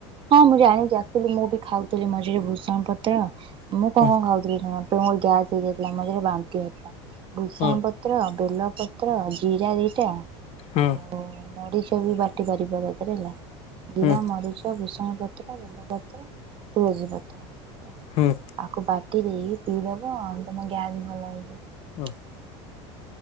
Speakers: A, on the right; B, on the left.
A: ହଁ ମୁଁ ଜାଣିଛିି ଆକଚୁଲି ମୁଁ ବି ଖାଉଥିଲି ମଝିରେ ଭୂଷଙ୍ଗ ପତ୍ର ମୁଁ କଣ
B: ହୁଁ
A: କଣ ଖାଉଥିଲି ଶୁଣ ମୋର ଗ୍ୟାସ। ହେଇ ଯାଇ ଥିଲା ମଝିରେ ବାନ୍ତି ହଉଥିଲା। ଭୂଷଣ
B: ହୁଁ
A: ପତ୍ର ବେଲପତ୍ର ଜିରା ଦିଟା।
B: ହୁଁ
A: ଆଉ ମରିଚ ବି ବାଟି ପାରିବ ତା ଧିଏରେ ହେଲା
B: ହୁଁ
A: ଜିରା ମରିଚ। ଭୁସଙ୍ଗ ପତ୍ର ବେଲ ପତ୍ର ତୁଳସୀ ପତ୍ର ହେଲା
B: ହୁଁ
A: ଆକୁ ବାଟି ଦେଇ। ପିଇଦବ ତମ ଗ୍ୟାସ ଭଲ ହେଇଯିବ।
B: ହୁଁ।